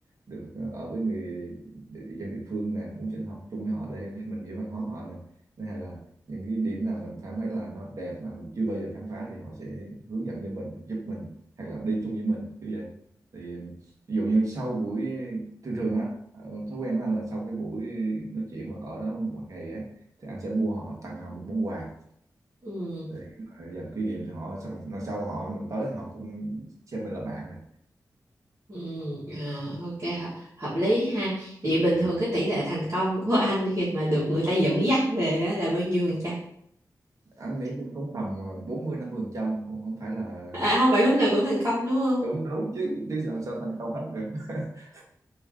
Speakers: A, on the right; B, on the right.
A: được ờ, ở với người địa- dân địa phương nè muốn sinh hoạt chung với họ để mình hiểu văn hóa của họ nè thứ hai là những cái điểm nào mình cảm thấy là nó đẹp mà mình chưa bao giờ khám phá thì họ sẽ hướng dẫn cho mình giúp mình hoặc là đi chung với mình kiểu vậy thì ví dụ như sau buổi thường thường á ờ, thói quen của anh là sau cái buổi nói chuyện mà ở đó một ngày á thì anh sẽ mua họ tặng họ một món quà
B: Ừ.
A: để ờ, làm kỷ niệm thì họ xong lần sau họ mình tới thì họ cũng xem mình là bạn này
B: Ừ, à, ok hợp, hợp lý ha vậy bình
A: Ừ.
B: thường cái tỷ lệ thành công của anh khi mà được người ta dẫn dắt về á là bao nhiêu phần trăm
A: anh nghĩ cũng tầm ờ, bốn mươi năm mươi phần trăm không không phải là
B: à không phải lúc nào cũng thành công đúng không
A: đúng đúng chứ chứ sao sao thành công hết được <laughs>